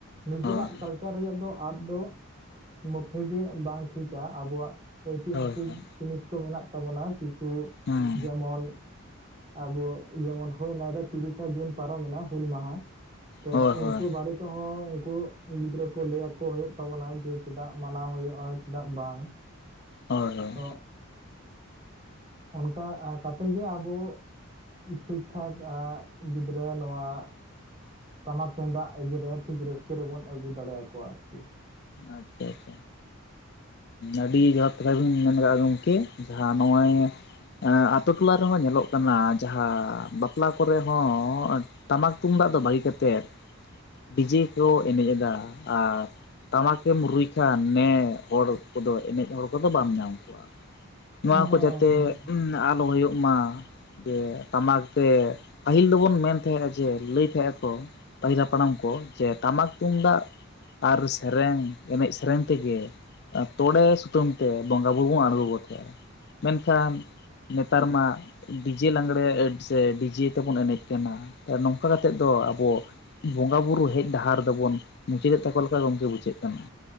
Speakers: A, on the right (about 25°); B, on the left (about 50°).
A: ᱱᱤᱡᱮᱨᱟᱜ
B: ᱦᱳᱭ
A: ᱠᱟᱞᱪᱟᱨ ᱨᱮᱭᱟᱜ ᱫᱚ ᱟᱫ ᱫᱚ ᱼᱼ ᱢᱩᱴᱷᱮ ᱜᱮ ᱵᱟᱝ ᱴᱷᱤᱠᱟ ᱟᱵᱚᱣᱟᱜ ᱳᱭᱛᱤᱦᱟᱥᱤᱠ
B: ᱦᱳᱭ ᱦᱳᱭ
A: ᱡᱤᱱᱤᱥ ᱠᱚ ᱢᱮᱱᱟᱜ ᱛᱟᱵᱚᱱᱟ᱾ ᱠᱤᱪᱷᱩ
B: ᱦᱩᱸ
A: ᱡᱮᱢᱚᱱ᱾ ᱟᱵᱚ ᱡᱮᱢᱚᱱ ᱦᱩᱭᱮᱱᱟ ᱛᱤᱨᱤᱥᱟ ᱡᱩᱱ ᱯᱟᱨᱚᱢᱮᱱᱟ ᱦᱩᱞ ᱢᱟᱦᱟ ᱛᱚ
B: ᱦᱳᱭ
A: ᱩᱱᱠᱩ
B: ᱦᱳᱭ
A: ᱵᱟᱨᱮᱼᱼ ᱛᱚᱸᱦᱚᱸ ᱩᱱᱠᱩ ᱜᱤᱫᱽᱨᱟᱹ ᱠᱚ ᱞᱟᱹ ᱟᱠᱚ ᱦᱩᱭᱩᱜ ᱛᱟᱵᱚᱱᱟ ᱡᱮ ᱪᱮᱫᱟᱜ ᱢᱟᱱᱟᱣ ᱦᱩᱭᱩᱜᱼᱟ ᱪᱮᱫᱟᱜ ᱵᱟᱝ?
B: ᱦᱳᱭ ᱦᱳᱭ
A: ᱛᱚ ᱚᱱᱠᱟ ᱠᱟᱛᱮᱜ ᱜᱮ ᱟᱵᱚᱼᱼ ᱴᱷᱤᱠ ᱴᱷᱟᱠ ᱜᱤᱫᱽᱨᱟᱹ ᱱᱚᱣᱟ᱾ ᱴᱟᱢᱟ ᱛᱩᱢᱫᱟᱜ ᱮᱜᱮᱨᱮ ᱴᱷᱤᱠ ᱨᱟᱹᱥᱠᱟᱹ ᱨᱮᱵᱚᱱ ᱟᱹᱜᱩ ᱫᱟᱲᱮᱭᱟᱠᱚᱣᱟ ᱟᱨᱠᱤ ᱾
B: ᱟᱪᱷᱟ ᱪᱷ᱾ ᱟᱹᱰᱤ ᱡᱚᱛ ᱨᱮ ᱵᱤᱱ ᱢᱮᱱ ᱠᱟᱠᱟᱜᱼᱟ ᱜᱚᱢᱠᱮ ᱡᱟᱦᱟᱸ ᱱᱚᱜᱼᱚᱭ ᱾ ᱟᱛᱳ ᱴᱚᱞᱟ ᱨᱮᱦᱚᱸ ᱧᱮᱞᱚᱜ ᱠᱟᱱᱟ ᱡᱟᱦᱟᱸ ᱵᱟᱯᱞᱟ ᱠᱚᱨᱮ ᱦᱚᱸ ᱾ ᱴᱟᱢᱟᱠ ᱛᱩᱢᱫᱟᱜ ᱫᱚ ᱵᱟᱹᱜᱤ ᱠᱟᱛᱮᱫ ᱰᱤᱡᱮ ᱠᱚ ᱮᱱᱮᱡ ᱮᱫᱟ ᱟᱨ ᱾ ᱴᱟᱢᱟᱠ ᱛᱮᱢ ᱨᱩᱭ ᱠᱷᱟᱱ ᱱᱮ ᱦᱚᱲ ᱠᱚᱫᱚ ᱮᱱᱮᱡ ᱦᱚᱲ ᱠᱚᱫᱚ ᱵᱟᱢ ᱧᱟᱢ ᱠᱚᱣᱟ ᱾
A: ᱦᱮᱸ
B: ᱱᱚᱣᱟ
A: ᱦᱮᱸ
B: ᱠᱚ ᱡᱟᱛᱮ
A: ᱦᱮᱸ
B: ᱟᱞᱚ ᱦᱩᱭᱩᱜ ᱢᱟ ᱾ ᱡᱮ ᱴᱟᱢᱟᱠ ᱛᱮ ᱯᱟᱹᱦᱤᱞ ᱫᱚᱵᱚᱱ ᱢᱮᱱ ᱛᱟᱦᱮᱸᱫᱼᱟ ᱡᱮ ᱞᱟᱹᱭ ᱛᱟᱦᱮᱸᱜ ᱟᱠᱚ ᱾ ᱯᱟᱹᱦᱤᱞᱟ ᱦᱟᱯᱟᱲᱟᱢ ᱠᱚ ᱡᱮ ᱴᱟᱢᱟᱠ ᱛᱩᱢᱫᱟᱜ ᱟᱨ ᱨᱟᱹᱥ ᱾ ᱨᱮᱱ ᱮᱱᱮᱢ ᱥᱮᱨᱮᱧ ᱛᱮᱜᱮ ᱛᱚᱲᱮ ᱥᱩᱛᱟᱹᱢ ᱛᱮ ᱵᱚᱸᱜᱟ ᱵᱳᱩᱨᱩᱳ ᱵᱚᱱ ᱟᱬᱜᱚ ᱜᱚᱫ ᱠᱟᱜᱟ ᱾ ᱢᱮᱱᱠᱷᱟᱱ ᱱᱮᱛᱟᱨ ᱢᱟ ᱾ ᱰᱤᱡᱮ ᱞᱟᱸᱜᱽᱲᱮ ᱥᱮ ᱰᱤᱡᱮ ᱛᱮᱵᱚᱱ ᱮᱱᱮᱡ ᱠᱟᱱᱟ ᱱᱚᱝᱠᱟ ᱠᱟᱛᱮᱜ ᱫᱚ ᱟᱵᱚ ᱾ ᱵᱚᱸᱜᱟ ᱵᱩᱨᱩ ᱦᱮᱡ ᱰᱟᱦᱟᱨ ᱫᱚᱵᱚᱱ ᱢᱩᱪᱟᱹᱫᱮᱜ ᱛᱟᱠᱚ ᱞᱮᱠᱟ ᱜᱚᱝᱠᱮ ᱵᱩᱡᱷᱟᱹᱜ ᱠᱟᱱᱟ᱾